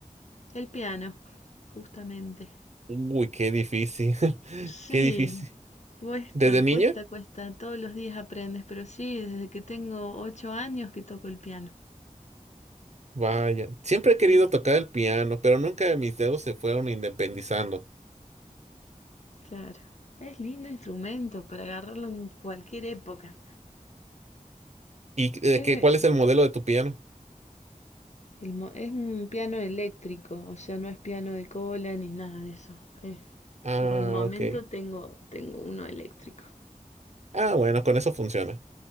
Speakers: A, on the left; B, on the right.
A: El piano, justamente.
B: Uy, qué difícil, <laughs>
A: Sí,
B: qué difícil.
A: cuesta,
B: ¿Desde niña?
A: cuesta, cuesta. Todos los días aprendes, pero sí, desde que tengo ocho años que toco el piano.
B: Vaya, siempre he querido
A: Bien.
B: tocar el piano, pero nunca mis dedos se fueron independizando.
A: Claro. Es lindo instrumento para agarrarlo en cualquier época.
B: ¿Y de
A: Es,
B: qué, cuál es el modelo de tu piano?
A: El mo- es un piano eléctrico, o sea, no es piano de cola ni nada de eso. Es-
B: Ah,
A: por el momento
B: ok.
A: tengo, tengo uno eléctrico.
B: Ah, bueno, con eso funciona.